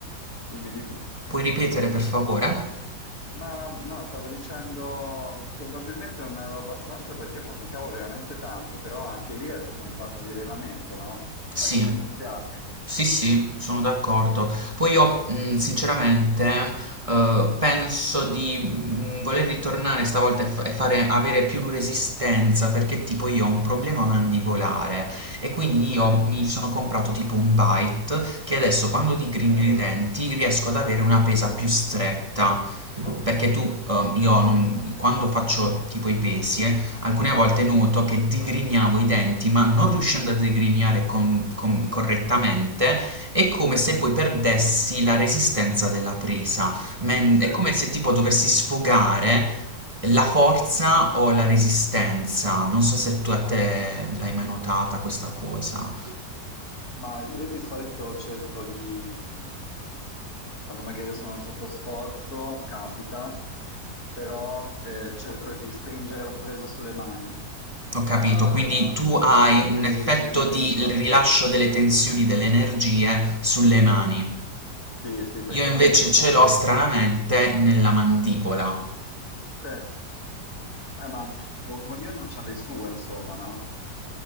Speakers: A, on the left (about 60°); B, on the right (about 20°).
A: dimmi, dimmi.
B: puoi ripetere per favore?
A: Ma no, stavo dicendo, probabilmente non avevo abbastanza perché faticavo veramente tanto, però anche lì è tutto un fatto di allenamento, no?
B: Sì.
A: È come iniziare.
B: Sì, sì, sono d'accordo. Poi io, mh, sinceramente, eh, penso di mh, voler ritornare stavolta e, fa- e fare, avere più resistenza perché tipo io ho un problema mandibolare e quindi
A: Sì,
B: io mi sono comprato tipo un bite che adesso quando digrigno
A: sì,
B: i denti riesco ad avere una pesa più stretta. Perché tu, eh, io non- quando faccio tipo i pesi, eh, Alcune volte noto che digrignavo i denti, ma non riuscendo a digrignare con- con- correttamente, è come se poi perdessi la resistenza della presa. Men-
A: sì.
B: è come se tipo dovessi sfogare la forza o la resistenza. Non so se tu a te l'hai mai notata questa cosa.
A: Ma io di solito cerco di, mh, quando magari sono sotto sforzo, capita, però eh, cerco di stringere la presa sulle mani,
B: Ho capito,
A: eh,
B: quindi tu hai
A: oppure
B: un effetto
A: irrigidirmi
B: di
A: proprio.
B: rilascio delle tensioni, delle energie sulle mani.
A: Sì, sì, perché
B: Io invece
A: magari quando...
B: ce l'ho stranamente nella mandibola.
A: Sì, Eh, ma o- ognuno ha le sue, insomma, no?